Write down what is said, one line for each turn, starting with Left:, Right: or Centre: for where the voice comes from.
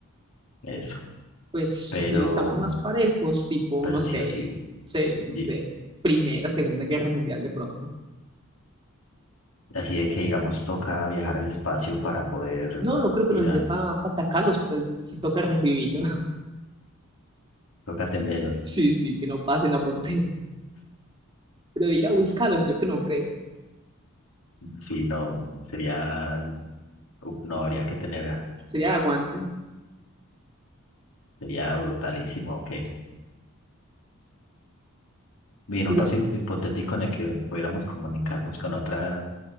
Left: eso.
Right: pues
Left: Pero,
Right: si estamos más parejos, tipo,
Left: pero
Right: no sé,
Left: sí, así,
Right: sé,
Left: di-
Right: no sé, Primera, Segunda Guerra Mundial de pronto.
Left: así de que digamos toca viajar al espacio para poder
Right: No, no creo que
Left: ir
Right: nos
Left: a,
Right: dé para atacarlos, pero sí toca recibirlos. <laughs>
Left: toca atenderlos.
Right: Sí, sí, que no pasen la frontera. Pero ir a buscarlos, yo que no creo.
Left: Sí, no, sería, uf, no habría que tener, a-
Right: Sería aguante.
Left: sería brutalísimo, ok. Bien, un
Right: La-
Left: paso hip- hipotético en el que pudiéramos comunicarnos con otra,